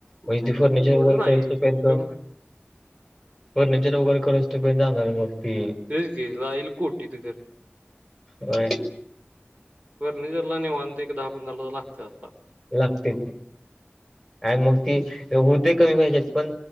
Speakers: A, in the centre; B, on the right.
A: म इथ
B: नाही
A: फर्निचर
B: एवढं
A: वगैरे
B: नाही
A: करातो <unintelligible>
B: उपयोग
A: य
B: नाही
A: फर्निचर वगैरे कर तु बे जाणारे मग. ती
B: ते ईराईल कोटीत घर
A: व्हय.
B: फर्निचरला निवांत एक दहा पंधरा <unintelligible> लागते आता
A: लागते आय म ती होते कमी ह्याच्यात पण